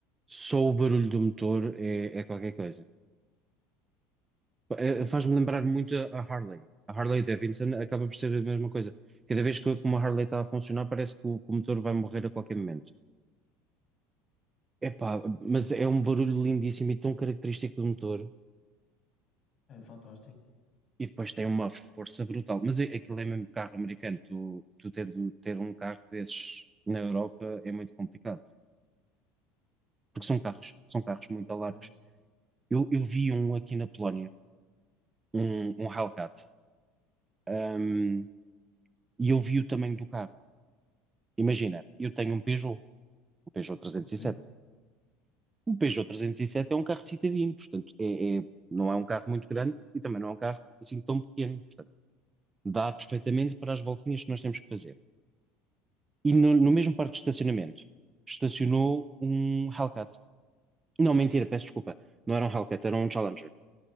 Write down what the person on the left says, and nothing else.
É,
é, é,
sim,
é fantástico.
Pá,
sim,
a verdade
é essa.
Ok,